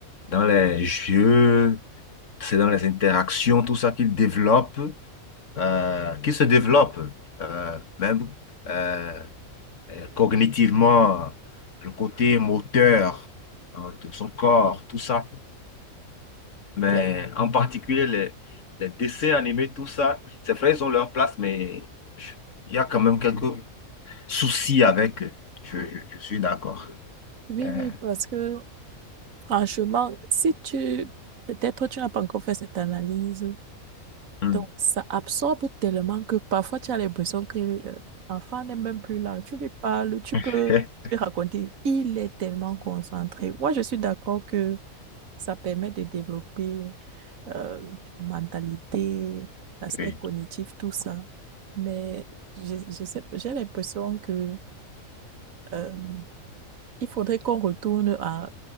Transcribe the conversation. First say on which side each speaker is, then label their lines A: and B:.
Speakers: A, on the left (about 60°); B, on the right (about 75°).
A: dans les jeux. c'est dans les interactions, tout ça qu'il développe, euh, qu'il se développe, euh, même euh, euh, cognitivement, le côté moteur hein, de son corps, tout ça. Mais
B: C'est-
A: en particulier, les, les dessins animés, tout ça, c'est vrai, ils ont leur place, mais je- il y a quand même quelques soucis avec eux. Je, je- je suis d'accord.
B: Oui,
A: Euh,
B: oui, parce que franchement, si tu... Peut-être tu n'as pas encore fait cette analyse.
A: Hmm.
B: Donc, ça absorbe tellement que parfois tu as l'impression que euh, l'enfant n'est même plus là. Tu lui parles, tu
A: <laughs>
B: peux lui raconter. Il est tellement concentré. Moi, je suis d'accord que ça permet de développer euh, mentalité, l'aspect
A: Oui,
B: cognitif, tout ça. Mais je, je sais, pas, j'ai l'impression que euh, il faudrait qu'on retourne à